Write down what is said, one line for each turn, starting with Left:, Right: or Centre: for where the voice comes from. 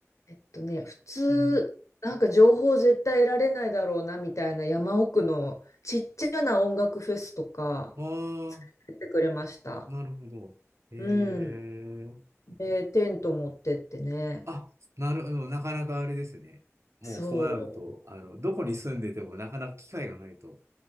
Left: えっとね、普通、
Right: うん。
Left: なんか情報絶対得られないだろうなみたいな山奥のちっちゃな音楽フェスとか
Right: ああ、
Left: 出てくれました。
Right: なるほど。えー、
Left: うん。で、テント持ってってね。
Right: あ、なるほど。なかなかあれですね。もうそうなると、
Left: そう。
Right: あの、どこに住んでてもなかなか機会がないと。